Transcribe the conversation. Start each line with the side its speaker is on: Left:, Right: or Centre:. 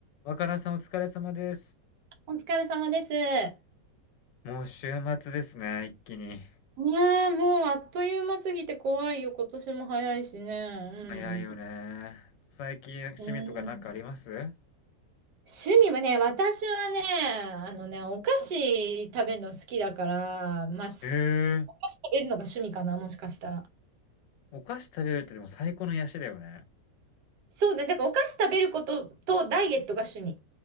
Left: 若菜さんお疲れ様です。
Right: お疲れ様です。ね
Left: もう週末ですね、一気に。
Right: え、もうあっという間すぎて怖いよ。今年も早いしね。
Left: 早いよね。最近趣味とかなんかあります
Right: うん。うん。趣味はね、私はね、あのね、お菓子食べるの好きだから、まあ、すお菓子食べるのが趣味かな、
Left: へえ。
Right: もしかしたら。
Left: お菓子食べるってでも最高の癒しだよね。
Right: そうだね、だからお菓子食べることとダイエットが趣味。